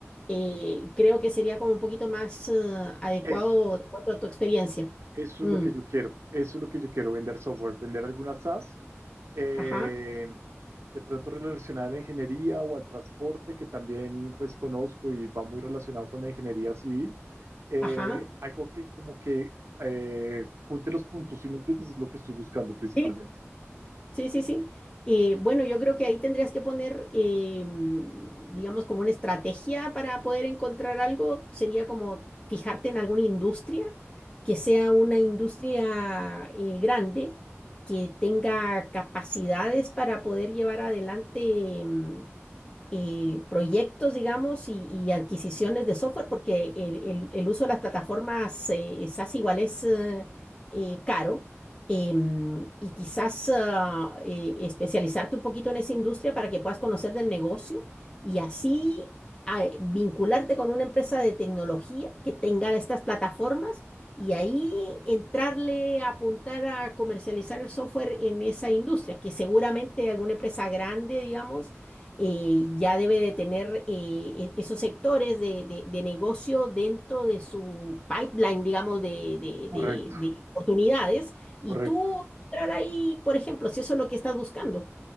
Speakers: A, on the left; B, on the right.
A: eh, creo que sería como un poquito más eh, adecuado
B: Eso,
A: de acuerdo a tu experiencia.
B: eso
A: Mm,
B: es lo que yo quiero. Eso es lo que yo quiero, vender software, vender algunas SaaS eh,
A: ajá,
B: de pronto relacionada a la ingeniería o al transporte, que también pues conozco y va muy relacionado con la ingeniería civil. Eh,
A: ajá.
B: algo que como que eh, junte los puntos, ¿sí me entiendes? Es lo que estoy buscando principalmente.
A: Sí, sí, sí. sí. Eh, bueno, yo creo que ahí tendrías que poner, eh, mm, digamos, como una estrategia para poder encontrar algo. Sería como fijarte en alguna industria que sea una industria eh, grande, que tenga capacidades para poder llevar adelante. mm, eh, proyectos, digamos, y, y adquisiciones de software, porque el, el- el uso de las plataformas eh, SaaS igual es eh, eh, caro. em, y quizás ah, eh, especializarte un poquito en esa industria para que puedas conocer del negocio y así ah, eh, vincularte con una empresa de tecnología que tenga estas plataformas y ahí entrarle a apuntar a comercializar el software en esa industria, que seguramente alguna empresa grande, digamos, eh, ya debe de tener eh, e- esos sectores de, de- de negocio dentro de su pipeline, digamos, de, de-
B: Correcto,
A: de- de oportunidades. Y
B: correcto.
A: tú entrar ahí, por ejemplo, si eso es lo que estás buscando.